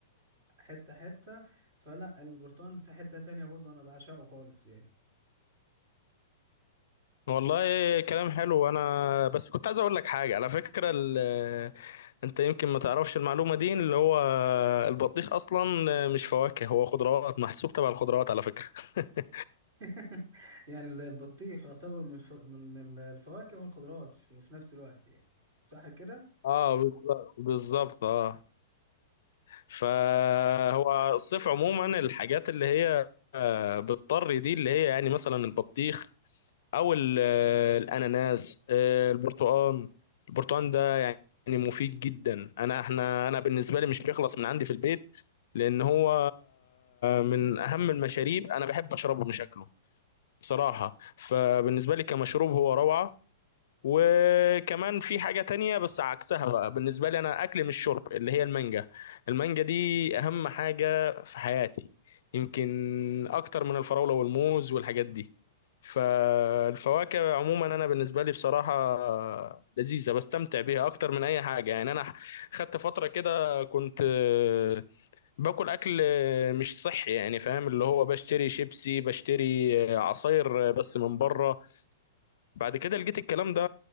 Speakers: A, on the right (about 45°); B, on the left (about 55°).
A: حتة حتة فلا البرتقان في حتة تانية برضو أنا بعشقه خالص يعني
B: والله كلام حلو أنا بس كنت عايز أقول لك حاجة على فكرة ال- أنت يمكن ما تعرفش المعلومة دي اللي هو البطيخ أصلا مش فواكه هو خضروات محسوب تبع الخضروات على فكرة <laughs>
A: <laughs> يعني البطيخ يعتبر من الف... من الفواكه والخضروات في في نفس الوقت يعني صح كده؟
B: اه بالظبط بالظبط اه فهو الصيف عموما الحاجات اللي هي آه، بتضطر دي اللي هي يعني مثلا البطيخ او ال- آه، الاناناس آه، البرتقال البرتقال ده يعني مفيد جدا انا احنا انا بالنسبه لي مش بيخلص من عندي في البيت لان هو من اهم المشاريب انا بحب اشربه مش اكله بصراحه فبالنسبه لي كمشروب هو روعه وكمان في حاجة تانية بس عكسها بقى بالنسبة لي أنا أكل مش شرب اللي هي المانجا المانجا دي أهم حاجة في حياتي يمكن أكتر من الفراولة والموز والحاجات دي فالفواكه عموما أنا بالنسبة لي بصراحة لذيذة بستمتع بيها أكتر من أي حاجة يعني أنا خدت فترة كده كنت آه، باكل أكل آه، مش صحي يعني فاهم اللي هو بشتري شيبسي بشتري آه، عصاير آه، بس من بره بعد كده لقيت الكلام ده